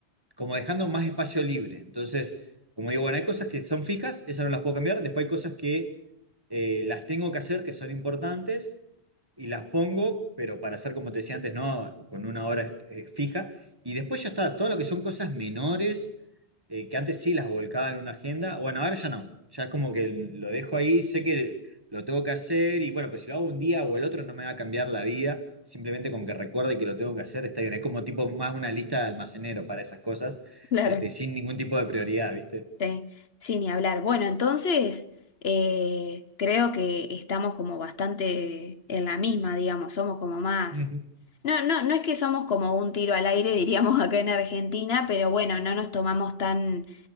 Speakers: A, on the right; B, on the left.
A: como dejando más espacio libre. Entonces, como digo, bueno, hay cosas que son fijas, esas no las puedo cambiar, después hay cosas que eh, las tengo que hacer, que son importantes, y las pongo, pero para hacer, como te decía antes, no, con una hora eh, fija. Y después ya está, todo lo que son cosas menores, eh, que antes sí las volcaba en una agenda, bueno, ahora ya no, ya es como que lo dejo ahí, sé que lo tengo que hacer y bueno, pero si lo hago un día o el otro no me va a cambiar la vida, simplemente con que recuerde que lo tengo que hacer está bien. Es como tipo más una lista de almacenero para esas cosas,
B: Claro.
A: este, sin ningún tipo de prioridad, ¿viste?
B: Sí, sin ni hablar. Bueno, entonces eh, creo que estamos como bastante en la misma, digamos, somos como más.
A: Ujú.
B: No, no, no es que somos como un tiro al aire, <laughs> diríamos acá en Argentina, pero bueno, no nos tomamos tan